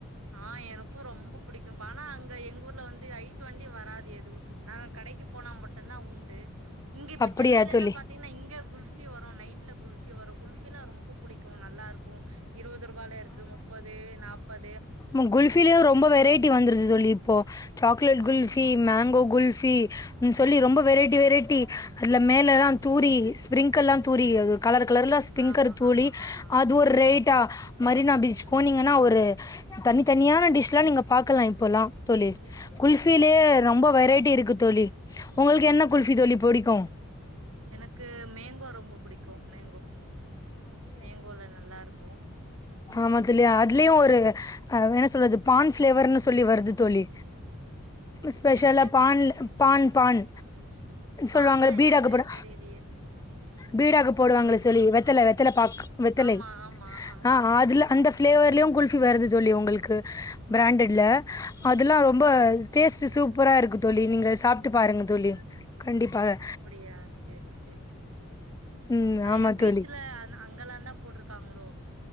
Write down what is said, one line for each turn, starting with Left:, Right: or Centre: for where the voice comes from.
Right: ஆ எனக்கு ரொம்ப புடிக்கும்ப்பா ஆனா அங்க எங்க ஊர்ல வந்து ஐஸ்வண்டி வராது எதுவு நாங் கடைக்கு போனா மட்டுந்தா உண்டு இங்க இப்ப
Left: அப்படியா
Right: சென்னையிலன்ன
Left: தோழி
Right: பாத்தீங்கன்னா இங்க குல்ஃபி ஃபி வரு நைட்ல குல்ஃபி வரு குல்ஃபினா ரொம்ப புடிக்கு நல்லாருக்கு இருவது ரூபால இருக்கு முப்பது நாப்ப
Left: ம் குல்ஃபிலியு ரொம்ப வெரைட்டி வந்துருது தோழி இப்போ சாக்லே்ட் குல்ஃபி
Right: ஆமா ஆமா
Left: மேங்கோ குல்ஃபி ம் சொல்லி ரொம்ப வெரைட்டி வெரைட்டி அதுல மேலல்லா தூரி ஸ்பிரிங்கள்ல்லா தூரி அது கலர் கலர்ல ஸ்பிங்கர்
Right: ஆமா
Left: தூலி
Right: ஆமா ஆமா
Left: அது ஒரு ரேய்ட்டா மரினாபீச்
Right: ம்
Left: போனீங்க நா ஒரு தனித்தனியான
Right: ம்
Left: டிஷ்லா நீங்க பாக்கலா இப்போல்லா தோழி
Right: ம்
Left: குல்ஃபிலே
Right: சேரி
Left: ரொம்ப
Right: சேரி
Left: வெரைட்டி இருக்கு தோழி உங்கள்க்கு
Right: ம்
Left: என்ன குல்ஃபி தோழி புடிக்கூ
Right: எனக்கு மேங்கோ ரொம்ப புடிக்கு மேங்கோ மேங்கோல்ல நல்லாருக்கு
Left: ஆம்மா தோழி அதுலியு ஒரு அ என்ன சொல்றது பான் ஃபிளேவர்ன்னு சொல்லி வர்து தோழி ஸ்பெஷல்லா
Right: என்னது
Left: பான்ல பான் பான்
Right: பான்னா
Left: சொல்லுவாங்க பீடாக்கு
Right: என்னது
Left: போட
Right: தெரியலையே
Left: பீடாக்கு போடுவாங்கள
Right: ஆ
Left: தோழி வெத் வெத்தல வெத்தல பாக்கு வெத்தலை
Right: ஆமா ஆமா ஆமா
Left: ஆ அதுல அந்த ஃப்ளேவர்லியு குல்ஃபி வருது தோழி உங்கள்க்கு பிராண்டட்ல்ல அதுல்லா
Right: அப்படியா
Left: ரொம்ப டேஸ்ட்
Right: ம்
Left: சூப்பரா இருக்கு தோழி நீங்க சாப்ட்டு பாருங்க தோழி கண்டிப்பாக
Right: அப்புடியா சேர் சேரி
Left: ம்
Right: அதுஎங்க
Left: ஆமா
Right: பீச்சுல
Left: தோழி
Right: நா அங்கல்லாதா போட்ருக்காங்களோ